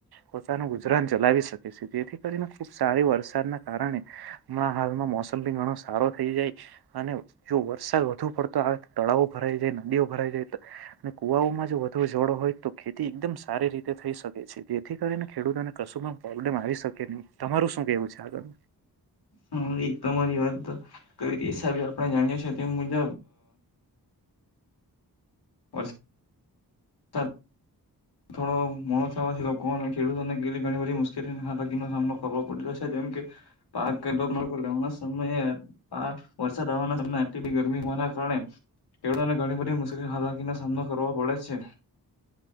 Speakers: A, on the right; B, on the left.
A: પોતાનું ગુજરાન ચલાવી શકે છે, જેથી કરીને ખુબ સારી વરસાદના કારણે હણા હાલમાં મોસમી ઘણો સારો થઈ જાય અને જો વરસાદ વધુ પડતો આવે તળાવો ભરાઈ જાય નદીઓ ભરાઈ જાય અને કુવાઓમાં જો વધુ જોડો હોય તો ખેતી એકદમ સારી રીતે તે થઈ શકે છે જેથી કરીને ખેડૂતોને કશું પણ પ્રોબ્લેમ આવી શકે નહી તમારું શું કેવું છે આગળ
B: હ એક તોરી વાત તો કી હિસાબે આપણે જાણીએ છે તે મુજબ <unintelligible> વરસાદ થોડો મોડો થવાથી લોકોને ખેડૂતોને કેલી ઘણી બધી મુશ્કેલી હાલાકીનો સામનો કરવો પડી રહ્યો છે, તેમ પાક કેટલાક લોકો લેવાના સમયે વરસાદ આવવાના સમય આટલી બી ગરમી હોવાના કારણે ખેડૂતોને ઘણી બધી મુશ્કેલી હાલાકીનો સામનો કરવો પડે છે,